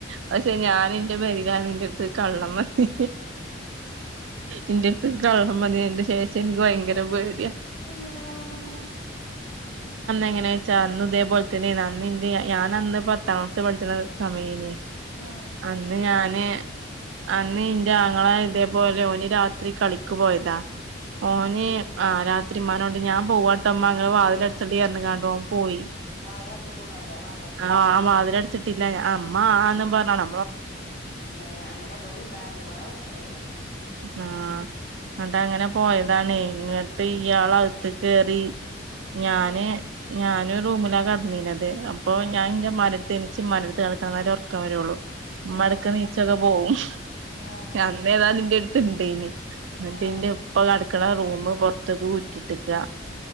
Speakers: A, on the right (about 75°); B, on the left (about 65°).
A: പക്ഷെ ഞാന ന്റെ ബരികാ ഇൻ്റെ അടുത്ത് കള്ളന്മാര് ഇന്റെ അടുത്ത് കള്ളം മതിൻ്റെ ശേഷം എനിക്ക് ഭയങ്കര പേടിയ
B: എങ്ങനെയ കൊള്ളമന്ന്
A: എങ്ങനാ വെച്ചാ അന്ന് ഇതേപോലെ തന്നെന്ന് എന്റെ ഞാൻ അന്ന് പാംക്ലാസ്ൽ പഠിച്ചണ സമയനേ
B: ആഹ്
A: അന്ന് ഞൻ അന്ന് ഇന്റെ ആങ്ങളെ ഇതേപോലെ ഓന് രാത്രി കളക്ക് പോയതാ
B: ആഹ്
A: ഓന് ആ രാത്രിമാനോണ്ട് ഞാൻ പോവാട്ടമ്മ അങ്ങെ വാതിൽ അടിച്ചട്ട ചാണ്ടോ പോയി
B: വായ അടച്ചിട്ടുണ്ടാവൂല മറന്നക്കും
A: ആ മാതിടു ട്ടില്ല അമ്മ ആ ന്ന് പറഞ്ഞ ന
B: മ അങ്ങനെ ബടി ഉണ്ടായിണ്ട് കൊറെ വെട്ടം ഉണ്ടായിക്കണ അങ്ങനെ
A: ആ
B: ഉം
A: കണ്ടാ അങ്ങനെ പോ യതാണ് ഇങ്ങട്ട് ഇയാള അകത്ത് കേറി ഞാന്
B: ആഹ്
A: ഞാനൻ റൂമിലാ കടന്നീനത് അപ്പൊ
B: ആഹ്
A: ഞാൻ എൻന്റെ മര തിരിച്ച് മലർത്ത് കടനാലേ ഉറക്കം വരുള്ളൂ ഉമ്മടക്ക
B: ആഹ്
A: നീച്ചൊക്കെ പോകവും
B: ആഹ്
A: അന്ന് ഏതാലും എന്റെ അടുത്ത് ഇണ്ട് ഇനി
B: ആഹ്
A: എന്നിട്ട് ഉപ്പ കടക്കണ റൂമ പുൊറത്തേക്ക് കുറ്റിട്ടേക്കാ